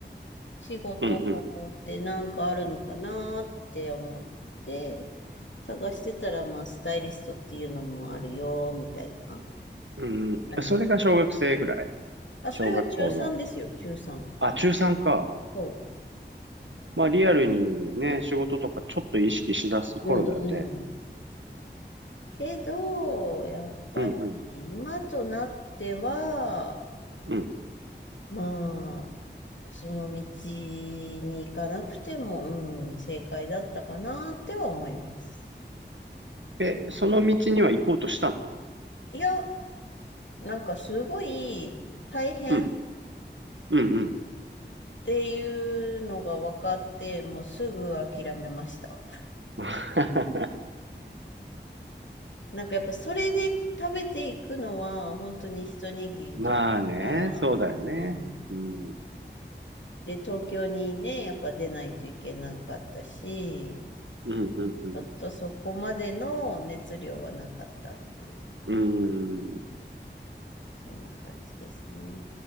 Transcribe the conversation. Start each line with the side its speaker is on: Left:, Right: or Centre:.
Left: 仕事法ってなんかあるのかなって思って、
Right: うんうん。
Left: 探してたら、まあ、スタイリストっていうのもあるよ、みたいな
Right: うんうん。
Left: 感じ。
Right: それが小学生ぐらい
Left: あ、それが中3ですよ、
Right: 小学校の。
Left: 中3。
Right: あ、中3か。
Left: そ
Right: まあ、リアルにね、仕事とかちょっと意識しだす頃だよね。
Left: う。うんうん。けど、やっぱり、
Right: うん
Left: 今となっては、
Right: うん。
Left: まその道に行かなくても、うん、正解だったかなっては思います。
Right: え、その道には行こうとしたの
Left: いや、なんかすごい大変っ
Right: うん。うん、うん。
Left: ていうのが分かって、もうすぐ諦めました。
Right: <laughs>
Left: なんかやっぱそれで食べていくのは本当に一握りというか、
Right: まあね、そうだよね。
Left: うん。
Right: うん。
Left: で、東京にね、やっぱ出ないといけなかったし、
Right: うん、うん、うん。
Left: ちょっとそこまでの熱量はなかったっていう、
Right: うーん。
Left: そんな感じですね。